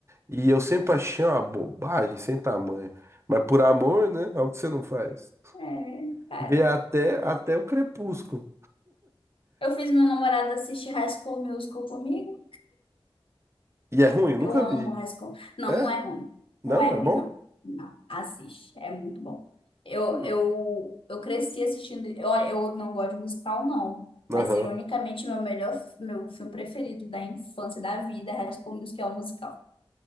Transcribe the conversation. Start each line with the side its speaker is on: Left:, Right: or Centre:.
Right: E eu sempre achei uma bobagem sem tamanho. Mas por amor, né? É o que você não faz.
Left: É, cara.
Right: Vê até, até o crepúsculo.
Left: Eu fiz meu namorado assistir High School Musical comigo.
Right: E é ruim, eu nunca
Left: Eu amo
Right: vi.
Left: High School. Não,
Right: É?
Left: não é ruim.
Right: Não?
Left: Não é
Right: É
Left: ruim,
Right: bom?
Left: não. Não, assiste. É muito bom. Eu,
Right: Hum.
Left: eu, eu cresci assistindo. Eu, eu não gosto de musical, não. Mas,
Right: Aham.
Left: ironicamente, meu melhor, meu filme preferido da infância, da vida, é High School Musical, é o musical.